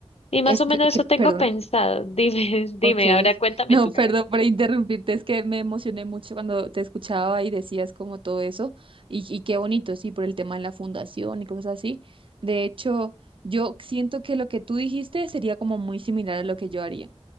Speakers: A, on the left; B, on the right.
A: y más
B: Es
A: o menos
B: que,
A: eso tengo
B: perdón.
A: pensado. <laughs> Dime, dime,
B: Ok.
A: ahora cuéntame
B: No,
A: tú.
B: perdón por interrumpirte. Es que me emocioné mucho cuando te escuchaba y decías como todo eso. Y, y qué bonito, sí, por el tema de la fundación y cosas así. De hecho, yo siento que lo que tú dijiste sería como muy similar a lo que yo haría.